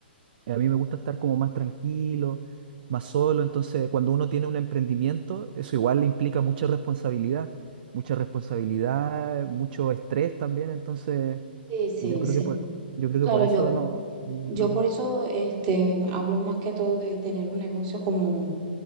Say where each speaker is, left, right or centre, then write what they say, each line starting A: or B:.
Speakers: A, on the right (about 55°); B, on the right (about 40°).
A: eh, a mí me gusta estar como más tranquilo, más solo, entonces cuando uno tiene un emprendimiento, eso igual le implica mucha responsabilidad, mucha responsabilidad, mucho estrés también, entonces
B: Sí, sí,
A: yo creo
B: sí.
A: que por, yo creo
B: Claro,
A: que por eso
B: yo,
A: no, no,
B: yo
A: no-
B: por eso este, hablo más que todo de tener un negocio como